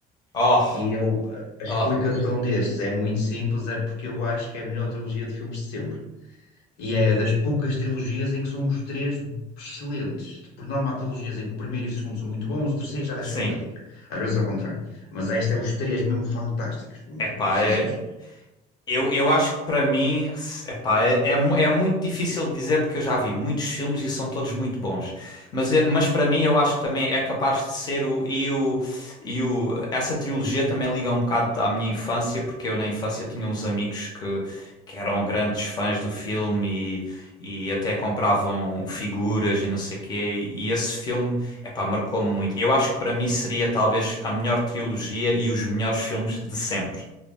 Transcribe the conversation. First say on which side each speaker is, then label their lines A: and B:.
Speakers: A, on the left; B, on the left.
A: oh,
B: E eu, a explicação
A: oh,
B: destes é muito simples, é porque eu acho que é a melhor trilogia de filmes de sempre. E é das poucas trilogias em que são os três excelentes. Por norma, há trilogias em que o primeiro e o segundo são muito bons, o terceiro já deixa
A: sim.
B: um bocadinho. Às vezes ao contrário. Mas esta é os três mesmo fantásticos.
A: Epá,
B: Jesus.
A: é, Eu, eu acho que para mim, epá, é, é, mu- é muito difícil de dizer porque eu já vi muitos filmes e são todos muito bons. Mas, é- mas para mim eu acho que também é capaz de ser o e o e o essa trilogia também liga um bocado à minha infância porque eu na infância tinha uns amigos que que eram grandes fãs do filme e, e até compravam figuras e não sei quê. E esse filme, epá, marcou-me muito. Eu acho que para mim seria talvez a melhor trilogia e os melhores filmes de sempre.